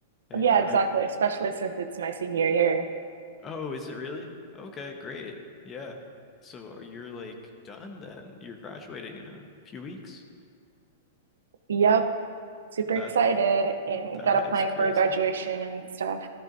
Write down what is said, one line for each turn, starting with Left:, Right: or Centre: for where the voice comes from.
Left: And
Right: Yeah,
Left: when
Right: exactly.
Left: I
Right: Especially since it's my senior year.
Left: Oh, is it really? Okay, great. Yeah. So you're like done then. You're graduating in a few weeks.
Right: Yep. Super
Left: That
Right: excited
Left: that
Right: and got applying
Left: is crazy.
Right: for graduation and stuff.